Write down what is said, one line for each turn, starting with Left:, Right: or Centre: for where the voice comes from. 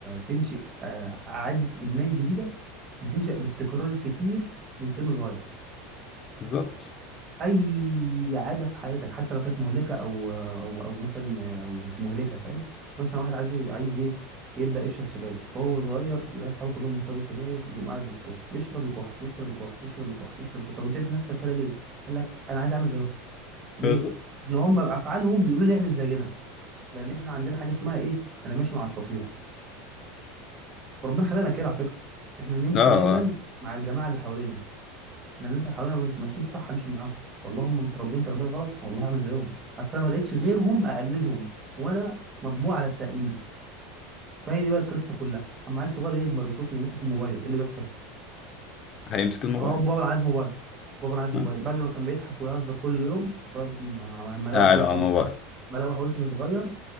Right: تنشئ آه عاده ادمان جديده بتنشأ بالتكرار الكتير من سن صغير
Left: بالظبط
Right: اي عاده في حياتك حتى لو كانت مهلكه او او او مثلا او مش مهلكه فاهم مثلا واحد عايز عايز ايه يبدا يشرب سجاير فهو صغير يلاقي اصحابه كلهم بيشربوا سجاير يقوم قاعد وسطهم يشرب يكح يشرب يكح يشرب يكح يشرب يكح طب انت في نفسك كده ليه قال لك انا عايز اعمل زيهم ليه
Left: بالظبط
Right: ان هم بافعالهم بيقولوا لي اعمل زينا لان احنا عندنا حاجه اسمها ايه انا ماشي مع القطيع وربنا خلقنا كده على فكره احنا نمشي
Left: اه آه.
Right: دايما مع الجماعه اللي حوالينا انا الناس اللي حوالينا مش ماشيين صح امشي معاهم والله هم متربيين تربيه غلط والله هعمل زيهم اصل انا ما لقيتش غيرهم اقلدهم وانا مطبوع على التقليد فهي دي بقى القصه كلها اما عيل صغير يكبر يشوفني ماسك الموبايل ايه اللي بيحصل
Left: هيمسك الموبايل
Right: اه بابا انا عايز موبايل بابا انا عايز
Left: آه.
Right: موبايل بدل ما كان بيضحك ويهزر كل يوم فض- ما- ملوح
Left: قاعد
Right: وشه
Left: على الموبايل
Right: اتغير- ملوح وشه اتغير